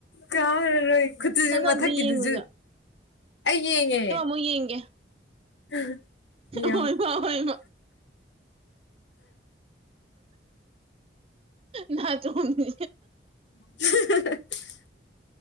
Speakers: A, on the left (about 80°); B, on the right (about 35°).
A: ꯀꯥꯎꯔꯔꯣꯏ ꯈꯨꯠꯇꯨꯖꯨ ꯃꯊꯛꯀꯤꯗꯨꯖꯨ
B: ꯑꯝꯇ ꯌꯦꯡꯉꯨꯆꯣ
A: ꯑꯩ ꯌꯦꯡꯉꯦ
B: <unintelligible> ꯌꯦꯡꯒꯦ
A: <unintelligible> ꯌꯦꯡꯉꯣ
B: ꯍꯣꯏꯕ ꯍꯣꯏꯕ ꯅꯥꯆꯣꯝ <unintelligible>
A: <unintelligible>